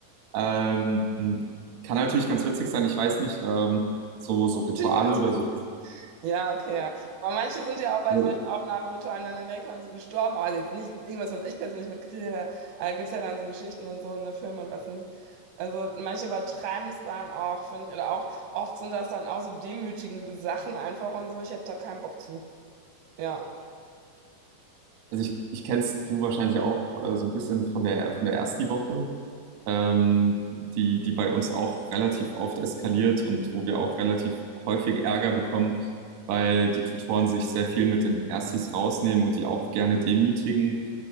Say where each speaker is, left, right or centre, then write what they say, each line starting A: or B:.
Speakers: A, on the right; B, on the right.
A: Ähm, kann natürlich ganz witzig sein, ich weiß nicht, ähm, so, so Rituale
B: Natürlich ganz.
A: oder so.
B: Ja, okay. ja. Aber manche sind ja auch bei
A: Ja.
B: solchen Aufnahmeritualen dann in Amerika und so gestorben. Also jetzt nicht irgendwas, was ich persönlich mitkriege. Äh, gibt es ja dann so Geschichten und so, ne, Filme und was nicht. Also manche übertreiben es dann auch, finde ich. Oder auch oft sind das dann auch so demütigende Sachen einfach und so. Ich hätte da keinen Bock zu. Ja.
A: Also ich, ich kennst du wahrscheinlich auch äh, so ein bisschen von der von der Ersti-Woche, ähm, die, die bei uns auch relativ oft eskaliert und wo wir auch relativ häufig Ärger bekommen, weil die Tutoren sich sehr viel mit den Erstis rausnehmen und die auch gerne demütigen.